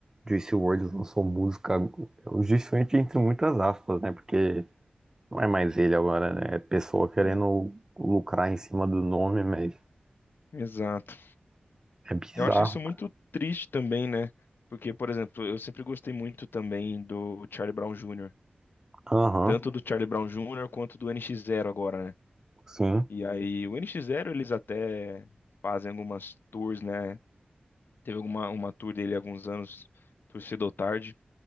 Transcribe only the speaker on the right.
Juice WRLD lançou música, o Juice WRLD entre muitas aspas, né? Porque não é mais ele agora, né? É pessoa querendo
lucrar em cima do nome, mas
é bizarro.
Aham,
sim.